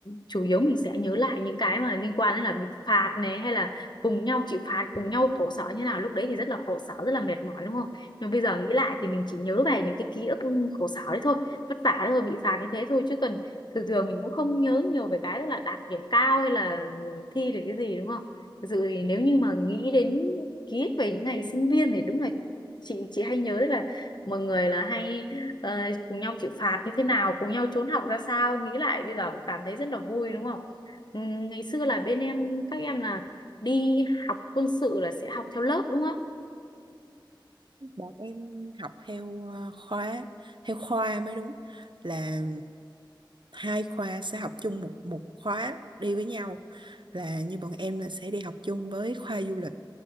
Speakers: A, on the left; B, on the right.
A: chủ yếu mình sẽ nhớ lại những cái mà liên quan đến là bị phạt này hay là cùng nhau chịu phạt cùng nhau khổ sở như nào lúc đấy thì rất là khổ sở rất là mệt mỏi đúng không nhưng bây giờ nghĩ lại thì mình chỉ nhớ về những cái ký ức khổ sở đấy thôi vất vả đấy thôi bị phạt như thế thôi chứ cần thường thường mình cũng không nhớ nhiều về cái tức là đạt điểm cao hay là thi được cái gì đúng không thực sự thì nếu như mà nghĩ đến ký ức về những ngày sinh viên thì đúng là chị chị hay nhớ đấy là mọi người là hay ờ, cùng nhau chịu phạt như thế nào cùng nhau trốn học ra sao nghĩ lại bây giờ cũng cảm thấy rất là vui đúng không Ừm, ngày xưa là bên em các em là đi học quân sự là sẽ học theo lớp đúng không
B: bọn em học theo ờ, khóa theo khoa mới đúng là hai khoa sẽ học chung một một khóa đi với nhau là như bọn em là sẽ đi học chung với khoa du lịch